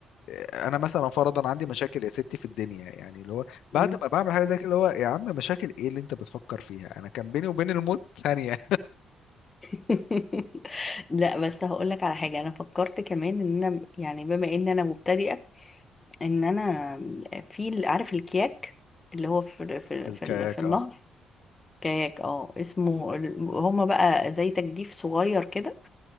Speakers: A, on the left; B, on the left.
A: آه، انا مثلا فرضا عندي مشاكل يا ستي في الدنيا يعني اللي هو بعد
B: مم.
A: ما بعمل حاجه زي كده اللي هو يا عم مشاكل ايه اللي انت بتفكر فيها انا كان بيني وبين الموت ثانيه
B: <laughs> لا بس هقول لك على حاجه انا فكرت كمان ان انا يعني بما ان انا مبتدئه ان انا في عارف الكياك اللي هو في
A: <laughs>
B: في
A: الكاياك
B: في, في النهر
A: اه
B: كاياك اه اسمه ال- هما بقى زي تجديف صغير كده